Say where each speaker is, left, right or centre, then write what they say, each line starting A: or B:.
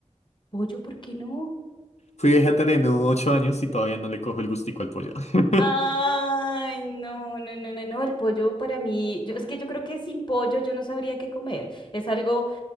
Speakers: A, on the left; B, on the left.
A: Pollo, ¿por qué no?
B: Fui vegetariano ocho años y todavía no le cojo el gustico al pollo. <laughs>
A: Ay, no, no, no, no, no, el pollo para mí, yo, es que yo creo que sin pollo yo no sabría qué comer. Es algo,